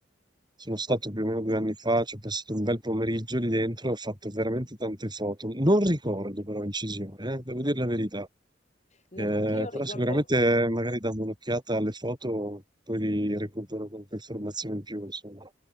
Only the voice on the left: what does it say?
No,
perché io ricordo,